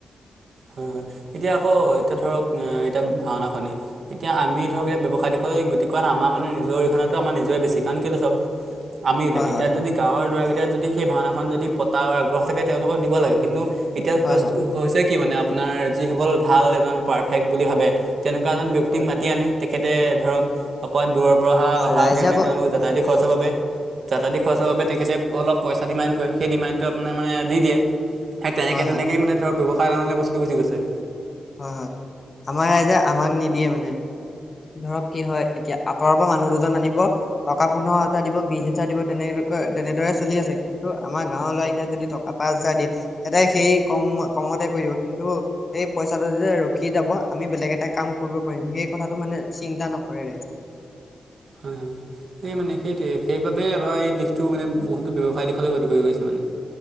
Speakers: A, on the right (about 65°); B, on the left (about 45°).
A: হয় হয় এতিয়া আকৌ এতিয়া ধৰক এ এতিয়া ভাওনাখনি এতিয়া আমি ধৰক এইয়া ব্যৱসায় দিশলৈ গতি কৰাত আমাৰ মানে নিজৰ অৰিহণাটো আমাৰ নিজৰে বেছি কাৰণ কেলে চাওক <inaudible> আমি
B: হয়
A: লাগে এতিয়া
B: হয়
A: যদি গাঁৱৰ ল'ৰাকেইটা যদি সেই ভাওনাখন যদি পতা আগ্ৰহ থাকে তেওঁলোকক দিব লাগে কিন্তু এতিয়া
B: হয় হয়
A: হৈছে কি মানে আপোনাৰ যিসকল ভাল এজন পাৰ্ফেক্ট বুলি ভাবে তেনেকুৱা এজন ব্যক্তিক
B: হয়
A: মাতি আনে, তেখেতে ধৰক অকমান দূৰৰ পৰা
B: হয়
A: অহা
B: ৰাইজে
A: কাৰণে
B: আকৌ
A: তেওঁলোক জাত ত দি খৰচৰ বাবে যাতাতি খৰচৰ বাবে তেখেতে অলপ পইচা ডিমাণ্ড কৰে, সেই ডিমাণ্ডটো আপোনাৰ মানে দি দিয়ে। সেই তেনেকে
B: হয়
A: তেনেকে
B: হয়
A: মানে ধৰক ব্যৱসায় দামলে বস্তুটো গুচি গৈছে।
B: হয় হয়, আমাৰ ৰাইজে আমাক নিদিয়ে মানে। ধৰক কি হয়, এতিয়া আঁতৰৰ পৰা মানুহ দুজন আনিব টকা পোন্ধৰ হাজাৰ দিব বিশ হাজাৰ দিব তেনেকৈ তেনেদৰে চলি আছে। কিন্তু আমাৰ গাঁৱৰ ল'ৰা কেইটাক যদি টকা পাঁচ হাজাৰ দিয়ে তেতিয়া সেই কম কমতে কৰি দিব, কিন্তু সেই পইচাটো যে ৰখি যাব আমি বেলেগ এটা কাম কৰিব পাৰিম, সেই কথাটো টো মানে চিন্তা নকৰে ৰাইজে।
A: হয় হয়। সেই মানে সেইটোৱে, সেইবাবে আমাৰ এই দিশটো মানে বহুতো ব্যৱসায় দিশলে গতি কৰি গৈছে মানে।